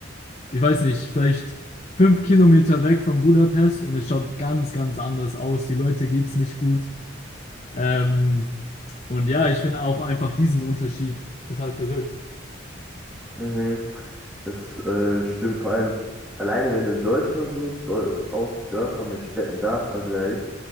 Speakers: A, on the left (about 35°); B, in the centre.
A: ich weiß nicht, vielleicht fünf Kilometer weg von Budapest und es schaut ganz, ganz anders aus. Die Leute geht's nicht gut. Ähm, und ja, ich finde auch einfach diesen Unterschied total verrückt.
B: Mhm. Das äh, stimmt vor allem alleine, wenn du in Deutschland so Dol auch Dörfer mit Städten da vergleichst,